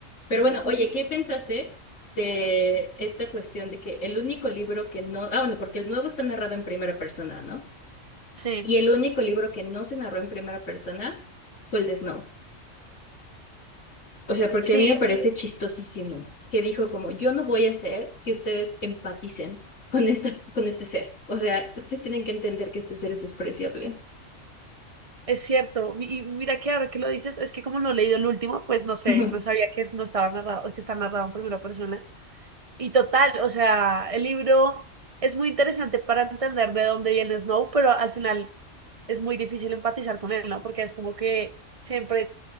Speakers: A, on the left (about 75°); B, on the right (about 30°).
A: pero bueno, oye, ¿qué pensaste de esta cuestión de que el único libro que no, ah, bueno, porque el nuevo está narrado en primera persona, ¿no?
B: Sí.
A: Y el único libro que no se narró en primera persona fue el de Snow. O sea, porque
B: Sí,
A: a mí me parece chistosísimo que dijo como, yo no voy a hacer que ustedes empaticen con esta, con este ser. O sea, ustedes tienen que entender que este ser es despreciable.
B: Es cierto, y y mira que ahora que lo dices, es que como no he leído el último, pues no sé,
A: Ujú.
B: no sabía que no estaba narrado, que está narrado en primera persona. Y total, o sea, el libro es muy interesante para entender de dónde viene Snow, pero al final es muy difícil empatizar con él, ¿no? Porque es como que siempre